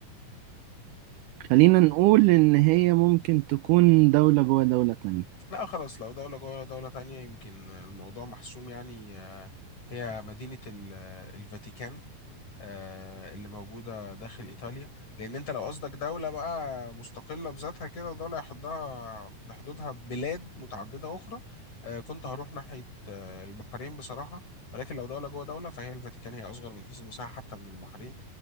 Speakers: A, on the right; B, on the left.
A: خلينا نقول إن هي ممكن تكون دولة جوه دولة تانية
B: لا خلاص لو دولة جوه دولة تانية يمكن الموضوع محسوم يعني أه هي مدينة ال- الفاتيكان آه، اللي موجودة داخل إيطاليا لأن أنت لو قصدك دولة بقى مستقلة بذاتها كده ودولة يحضها بحدودها بلاد متعددة أخرى آه، كنت هروح ناحية آه، البحرين بصراحة ولكن لو دولة جوه دولة فهي الفاتيكان هي أصغر من حيث المساحة حتى من البحرين